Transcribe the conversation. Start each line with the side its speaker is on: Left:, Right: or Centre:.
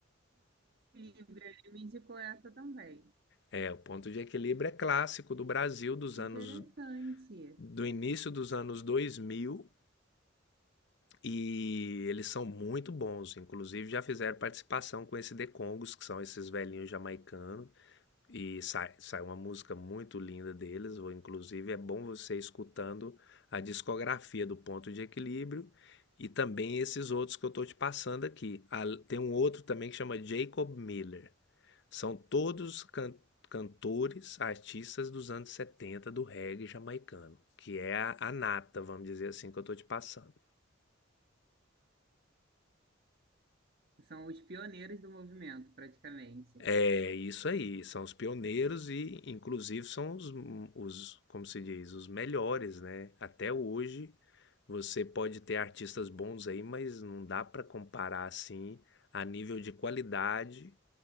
Right: Livre, ele me indicou essa também.
Left: É, o Ponto de Equilíbrio é clássico do Brasil dos
Right: Interessante.
Left: anos do início dos anos 2000 e eles são muito bons, inclusive já fizeram participação com esse The Congos, que são esses velhinhos jamaicanos. E sai sai uma música muito linda deles, ou inclusive é bom você ir escutando a discografia do Ponto de Equilíbrio e também esses outros que eu estou te passando aqui. Al- Tem um outro também que chama Jacob Miller. São todos can- cantores, artistas dos anos 70 do reggae jamaicano, que é a a nata, vamos dizer assim, que eu estou te passando.
Right: São os pioneiros do movimento, praticamente.
Left: É isso aí, são os pioneiros e, inclusive, são os, os, como se diz, os melhores, né? Até hoje você pode ter artistas bons aí, mas não dá para comparar assim a nível de qualidade